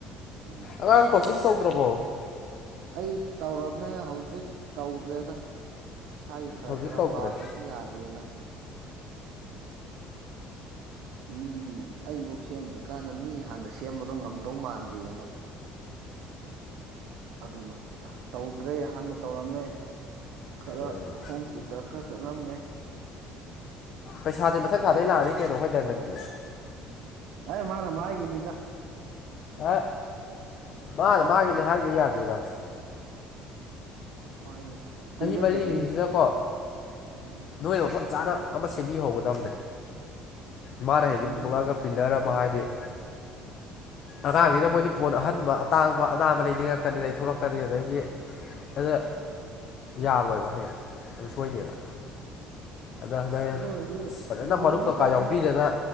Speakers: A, on the right; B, on the left.
A: ꯎꯝ
B: ꯑꯉꯥꯡ ꯀꯣꯆꯤꯡ ꯇꯧꯗ꯭ꯔꯕꯣ
A: ꯑꯩ ꯇꯧꯔꯝꯃꯦ ꯍꯧꯖꯤꯛ ꯇꯧꯗ꯭ꯔꯦꯗ ꯏꯁꯥꯒꯤ ꯈꯔ
B: ꯍꯧꯖꯤꯛ
A: ꯈꯔ
B: ꯇꯧꯗ꯭ꯔꯦ
A: ꯄꯥꯗ꯭ꯔꯗꯤ ꯌꯥꯗꯦꯅ ꯃꯤ ꯑꯩꯐꯧ ꯁꯦꯝꯗ꯭ꯔꯤꯀꯥꯟꯗ ꯃꯤ ꯍꯥꯟꯅ ꯁꯦꯝꯕꯗꯣ ꯉꯝꯗꯧ ꯃꯥꯟꯗꯦꯅ ꯑꯗꯨꯅ ꯇꯧꯗ꯭ꯔꯦ ꯍꯥꯟꯅ ꯇꯧꯔꯝꯃꯦ ꯈꯔ
B: ꯎꯝ
A: ꯍꯣꯝ ꯇꯤꯇ ꯈꯔ ꯁꯂꯝꯂꯝ ꯃ
B: ꯄꯩꯁꯥꯗꯤ ꯃꯊꯛ ꯀꯥꯗꯩ ꯂꯥꯛꯑꯅꯤ ꯀꯩꯅꯣ ꯍꯣꯏꯗꯏꯃꯟꯒꯦ
A: ꯑꯦ ꯃꯥꯅꯦ ꯃꯥ ꯍꯥꯏꯒꯅꯤꯗ
B: ꯍ ꯃꯥ ꯃꯥꯒꯤꯅꯤ ꯍꯥꯏꯔꯒꯤ ꯌꯥꯗꯕꯥꯥꯏ
A: ꯃꯥꯒꯤ ꯇꯨꯡꯁꯤꯟꯖꯁꯤꯅꯤ
B: ꯃꯔꯤꯒꯤꯁꯤꯗꯀꯣ
A: ꯎꯝ
B: ꯅꯣꯏꯅ ꯃꯐꯝ ꯆꯥꯅ ꯑꯃ ꯁꯦꯝꯕꯤꯍꯧꯒꯗꯕꯅꯦ ꯃꯥꯅ ꯍꯦꯛꯝ
A: ꯇꯨꯡꯖꯟꯖ
B: ꯊꯣꯛꯂꯛꯑꯒ ꯄꯤꯜꯂꯔ ꯑꯃ ꯍꯥꯏꯗꯤ
A: <inaudible>
B: ꯑꯉꯥꯡꯁꯤꯅ ꯃꯣꯏꯗꯤ ꯐꯣꯟ ꯑꯍꯟꯕ ꯑꯇꯥꯡꯕ ꯑꯅꯥꯟꯕ ꯂꯩꯅꯤꯡꯉꯛꯀꯅꯤ ꯂꯩꯊꯣꯔꯛꯀꯅꯤ ꯑꯗꯩꯗꯤ ꯑꯗ
A: ꯑꯗ
B: ꯌꯥꯔꯣꯏꯕ ꯍꯌꯦ ꯑꯗꯨ ꯁꯣꯏꯗꯦꯕ ꯑꯗ ꯍꯟꯗꯩ
A: ꯑꯗꯨꯕꯨ
B: ꯐꯖꯅ
A: ꯌꯦꯡꯒꯦ
B: ꯃꯔꯨꯞ ꯀꯀꯥ
A: ꯇꯧꯕꯅꯦ
B: ꯌꯥꯎꯕꯤꯗꯅ